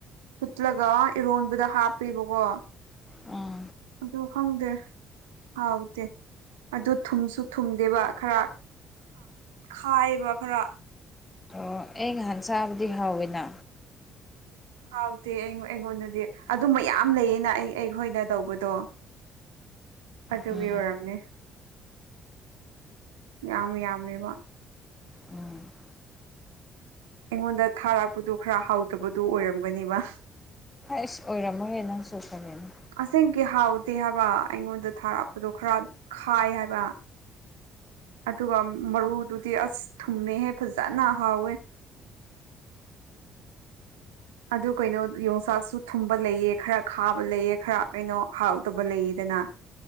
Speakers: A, on the right (about 85°); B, on the left (about 20°).
A: ꯐꯨꯠꯂꯒ ꯏꯔꯣꯟꯕꯗ ꯍꯥꯞꯄꯦꯕꯀꯣ
B: ꯎꯝ
A: ꯑꯗꯣ ꯈꯪꯗꯦ ꯍꯥꯎꯇꯦ ꯑꯗꯨ ꯊꯨꯝꯁꯨ ꯊꯨꯝꯗꯦꯕ ꯈꯔ ꯈꯥꯏꯌꯦꯕ ꯈꯔ
B: ꯑꯣ ꯑꯩ ꯉꯍꯥꯟꯆꯥꯕꯗꯤ ꯍꯥꯎꯋꯦꯅ
A: ꯍꯥꯎꯇꯦ ꯑꯩ ꯑꯩꯉꯣꯟꯗꯗꯤ ꯑꯗꯨꯝꯕ ꯌꯥꯝ ꯂꯩꯌꯦꯅ ꯑꯩ ꯑꯩꯈꯣꯏꯗ ꯇꯧꯕꯗꯣ ꯑꯗꯨꯒꯤ
B: ꯎꯝ
A: ꯑꯣꯏꯔꯝꯅꯤ ꯌꯥꯝ ꯌꯥꯝꯃꯦꯕ
B: ꯎꯝ
A: ꯑꯩꯉꯣꯟꯗ ꯊꯥꯔꯥꯛꯄꯗꯨ ꯈꯔ ꯍꯥꯎꯇꯥꯕꯗꯨ ꯑꯣꯏꯔꯝꯒꯅꯦꯕ
B: ꯑꯁ ꯑꯣꯏꯔꯝꯃꯒꯦ ꯅꯪꯁꯨ ꯈꯪꯌꯦꯅꯦ
A: ꯑꯁꯦꯡ ꯀꯤ ꯍꯥꯎꯇꯦ ꯍꯥꯏꯕ ꯑꯩꯉꯣꯟꯗ ꯊꯥꯔꯛꯄꯗꯣ ꯈꯔ ꯈꯥꯏ ꯍꯥꯏꯕ ꯑꯗꯨꯒ ꯃꯔꯨꯗꯨꯗꯤ ꯑꯁ ꯊꯨꯝꯃꯦꯍꯦ ꯐꯖꯅ ꯍꯥꯎꯋꯦ ꯑꯗꯨ ꯀꯩꯅꯣ ꯌꯣꯡꯆꯥꯛꯁꯨ ꯊꯨꯝꯕ ꯂꯩꯑꯦ ꯈꯔ ꯈꯥꯕ ꯂꯩꯑꯦ ꯈꯔ ꯀꯩꯅꯣ ꯍꯥꯎꯗꯕ ꯂꯩꯗꯅ